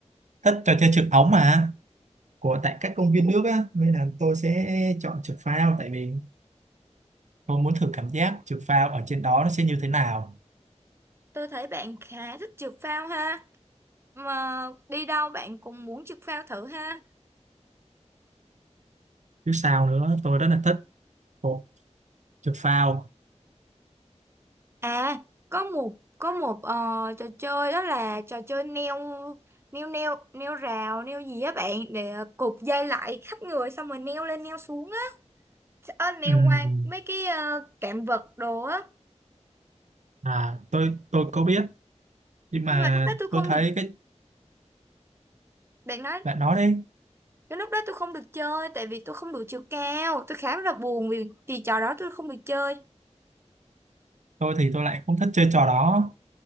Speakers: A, on the right; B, on the right.
A: thích trò chơi trượt ống mà của tại các công viên nước á nên là tôi sẽ chọn trượt phao tại vì tôi muốn thử cảm giác trượt phao ở trên đó nó sẽ như thế nào
B: Tôi thấy bạn khá thích trượt phao ha. Mà đi đâu bạn cũng muốn trượt phao thử ha.
A: chứ sao nữa tôi rất là thích bộ trượt phao
B: À, có một có một ờ, trò chơi đó là trò chơi neo neo neo neo rào neo gì á bạn để cột dây lại khắp người xong rồi neo lên neo xuống á. Ờ, neo
A: Ừm,
B: qua mấy cái ờ, cạm vật đồ á.
A: à tôi tôi có biết nhưng mà
B: Nhưng mà lúc đó tôi
A: tôi
B: không
A: thấy
B: được
A: cái
B: bạn nói
A: bạn nói đấy
B: cái lúc đó tôi không được chơi tại vì tôi không đủ chiều cao. Tôi khá là buồn vì vì trò đó tôi không được chơi.
A: tôi thì tôi lại không thích chơi trò đó